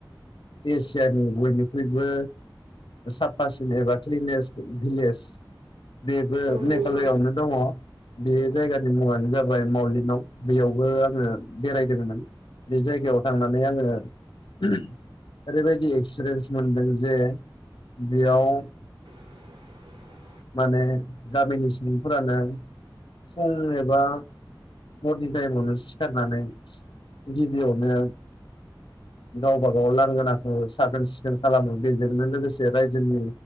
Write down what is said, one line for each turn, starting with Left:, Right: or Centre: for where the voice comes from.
Left: एसियानि बयनिख्रुबो साफासिन एबा क्लिनेस भिलेज बेबो
Right: औ
Left: मेघालयआवनो
Right: नंगौ
Left: दङ बे जायगानि मुङानो जाबाय मावलिनाव बेयावबो आंङो बेरायदोंमोन। बे जायगायाव थांनानै आंङो ओरैबायदि एक्सपिरियेन्स मोनदों जे बेयाव
Right: <inaudible>
Left: माने गामिनि सुबुंफोरानो फुं एबा मरनिं टाइमावनो सिखारनानै गिबियावनो गावबा गाव लांगोनाखौ साखोन- सिखोन खालामो बेजोंनो लोगोसे रायजोनि